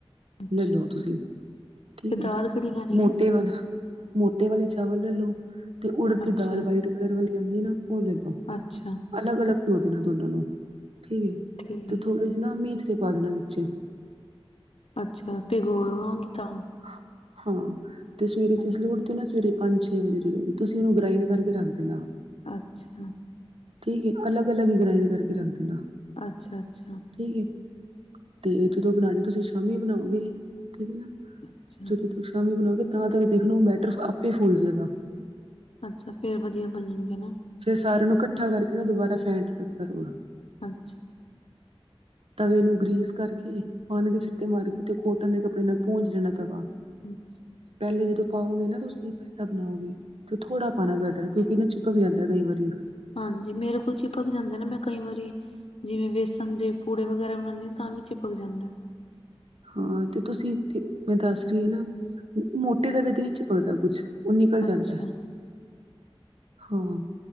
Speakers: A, on the left; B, on the right.
A: ਅੱਛਾ
B: ਲੈਲੋ ਤੁਸੀਂ ਠੀਕ
A: ਤੇ
B: ਏ,
A: ਦਾਲ ਕਿਹੜੀ ਲੈਣੀ
B: ਮੋਟੇ
A: ਹੈ
B: ਵਾਲਾ। ਮੋਟੇ ਵਾਲੇ ਚਾਵਲ ਲੈ ਲਉ ਤੇ ਉੜਦ ਦੀ
A: ਅੱਛਾ
B: ਦਾਲ ਵਾਈਟ ਕਲਰ ਵਾਲੀ ਆਉਂਦੀ ਹੈ ਨਾ ਉਹ ਲੈ ਲਉ।
A: ਅੱਛਾ।
B: ਅਲੱਗ ਅਲੱਗ ਭੀਓ ਦੇਣਾ ਦੋਨਾਂ ਨੂੰ, ਠੀਕ ਏ।
A: ਠੀਕ।
B: ਤੇ ਨਾਲ ਮੇਥਰੇ ਪਾ ਦੇਨਾਂ ਵਿੱਚ।
A: ਅੱਛਾ, ਤੇ ਭਿਗੋ ਤਾਂ
B: ਹਾ, ਹਾਂ ਤੇ ਸਵੇਰੇ
A: ਅੱਛਾ
B: ਜਿਸ ਵੇਲੇ ਉਠਦੇ ਨਾ ਸਵੇਰੇ। ਪੰਜ, ਛੇ ਵਜੇ ਤੇ ਤੁਸੀਂ ਉਹਨੂੰ ਗ੍ਰਾਇਡ ਕਰਕੇ ਰੱਖ ਦੇਣਾ।
A: ਅੱਛਾ।
B: ਠੀਕ ਏ ਅਲੱਗ, ਅਲੱਗ ਹੀ ਗ੍ਰਾਇੰਡ ਕਰਕੇ ਰੱਖ ਦੇਣਾ।
A: ਅੱਛਾ, ਅੱਛਾ।
B: ਠੀਕ ਏ, ਤੇ ਜਦੋਂ ਬਣਾਉਣੇ ਤੁਸੀਂ ਸ਼ਾਮੀ ਬਣਾਓਗੇ ਠੀਕ ਏ ਨਾ।
A: ਅੱਛਾ
B: ਜਦੋਂ ਤੁਸੀਂ ਸ਼ਾਮੀ ਬਣਾਓਗੇ, ਤਾਂ ਤੱਕ ਦੇਖ ਲੋ ਬੈਟਰ ਆਪੇ ਫੁੱਲ ਜੇਗਾ।
A: ਅੱਛਾ, ਫੇਰ ਵਧੀਆ ਬਣਨਗੇ ਨਾ।
B: ਫੇਰ ਸਾਰਿਆਂ ਨੂੰ ਕੱਠਾ ਕਰਕੇ ਨਾ ਦੁਬਾਰਾ ਫੈਂਟ ਲਓ, ਇੱਕ ਵਾਰ ਜ਼ਰੂਰ।
A: <inaudible>
B: ਤਵੇ ਨੂੰ ਗ੍ਰੀਸ ਕਰਕੇ, ਪਾਣੀ ਦੇ ਛਿੱਟੇ ਮਾਰ ਕੇ, ਤੇ ਕੋਟਨ ਦੇ ਕੱਪੜੇ ਨਾਲ ਭੂੰਜ ਦੇਣਾ ਤਵਾ।
A: ਅੱਛਾ,
B: ਪਹਿਲੇ ਜਦੋਂ ਪਾਓਗੇ ਨਾ ਤੁਸੀਂ ਪਹਿਲਾਂ ਬਣਾਓਗੇ, ਤੇ ਥੋੜਾ ਪਾਣਾ ਬੈਟਰ,
A: ਅੱਛਾ
B: ਕਿਉਂਕਿ ਨਾ ਚਿਪਕ ਜਾਂਦਾ। ਤੈਂ ਕਈ ਵਾਰੀ
A: ਹਾਂਜੀ, ਮੇਰੇ ਕੋਲ ਚਿਪਕ ਜਾਂਦੈ, ਨਾ ਮੈਂ ਕਈ ਵਾਰੀ ਜਿਵੇਂ ਵੇਸਣ ਦੇ ਪੂੜੇ ਵਗੈਰਾ ਬਣਾਣੀ ਆਂ, ਤਾਂ ਵੀ ਚਿਪਕ ਜਾਂਦੈ।
B: ਹਾਂ, ਤੇ ਤੁਸੀਂ ਮੈਂ ਦੱਸ ਰਹੀ ਆਂ ਨਾ, ਮੋਟੇ ਦਾ ਦਹੀਂ ਵਿੱਚ ਪਾ ਦਾ ਕੁਛ। ਉਹ ਨਿਕਲ ਜਾਂਦਾ,
A: ਅੱਛਾ
B: ਹਾਂ,